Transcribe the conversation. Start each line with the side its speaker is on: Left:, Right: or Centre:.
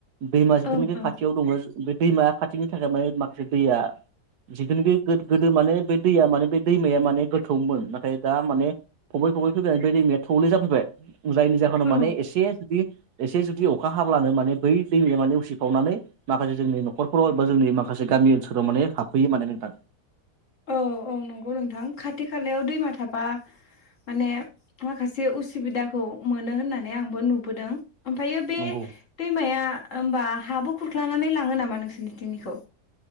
Right: दैमा जिथुनाखि
Left: ओं
Right: खाथियाव
Left: ओं
Right: दङ बे दैमाया खाथिनि थाखाय माने माखासे दैया जिखुनुखि गोदो माने ब दैया माने बे दैमाया माने गोथौमोन नाथाय दा माने फबै फबय फैनानै बे दैमाया थौले जाफैबाय जायनि जाहोनाव माने
Left: औ
Right: एसे जुदि एसे जुदि अखा हाब्लानो माने बै दैमाया माने उसिखावनानै माखासे जोंनि न'खरफोराव एबा जोंनि माखासे गामि ओनसोलाव माने हाबफैयो म होने नोंथां
Left: औ औ नंगौ नोंथां खाथि खालायाव दैमा थाबा माने माखासे उसुबिदाखौ मोनो होननानै आंबो नुबोदों। ओमफ्रायायो बे
Right: नंगौ
Left: दैमाया होमबा हाबो खुरख्लानानै लाङो नामा नोंसोरनिथिंनिखौ